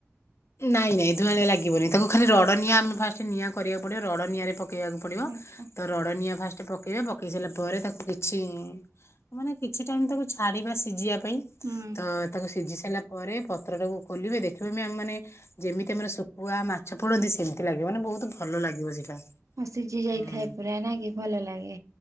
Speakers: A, on the left; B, on the right.
A: ନାଇଁ ନାଇଁ ଧୂଆଁଳିଆ ଲାଗିବନି ତାକୁ ଖାଲି ରଡ଼ ନିଆଁ ଆମେ ଫାଷ୍ଟ ନିଆଁ କରିବାକୁ ପଡିବ ରଡ଼ ନିଆରେ ପ ପକେଇବାକୁ ପଡିବ
B: ଆଚ୍ଛା।
A: ତ ରଡ଼ ନିଆ ଫାଷ୍ଟ ପକେଇବେ ପକେଇ ସାରିଲା ପରେ ତାକୁ କିଛି ମାନେ କିଛି ଟାଇମ ତାକୁ ଛାଡିବା ସିଝିବା ପାଇଁ।
B: ହୁଁ
A: ତ ତାକୁ ସିଝି ସାରିଲା ପରେ ପତ୍ର ଟାକୁ ଖୋଲିବେ ଦେଖିବେ ବି ଆମେ ମାନେ ଯେମିତି ଆମର ଶୁଖୁଆ ମାଛ ପଡନ୍ତି ସେମିତି ଲାଗିବ ମାନେ ବହୁତ ଭଲ ଲାଗିବ ସେଇଟା।
B: ହଁ ସିଝି ଯାଇଥାଏ
A: ହୁଁ।
B: ପୁରା ନା କି ଭଲ ଲାଗେ